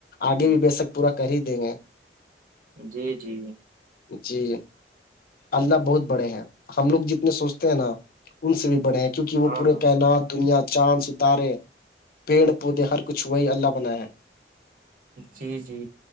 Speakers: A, on the left; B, on the right.
A: آگے بھی بے شک پورا کر ہی دیں گے
B: جی جی
A: جی اللہ بہت بڑے ہیں ہم لوگ جتنے سوچتے ہیں نا ان سے بھی بڑے ہیں کیونک وہ
B: ہاں
A: پورے
B: ہاں
A: کائنات دنیا چاند سے تارے پیڑ پودے ہر کچھ وہی اللہ بناائے ہیں
B: جی جی